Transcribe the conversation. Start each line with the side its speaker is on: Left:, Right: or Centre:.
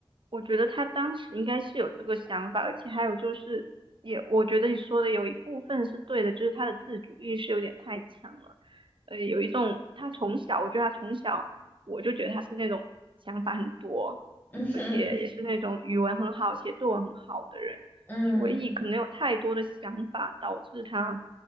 Right: 我觉得他当时应该是有这个想法，而且还有就是也，我觉得你说的有一部分是对的，就是他的自主意识有点太强了。呃，有一种他从小，我觉得他从小我就觉得他是那种想法很多，
Left: <laughs> 嗯哼，
Right: 而且也是那种语文很好、写作文很好的人，
Left: 嗯
Right: 所以可能有太多的想法导致他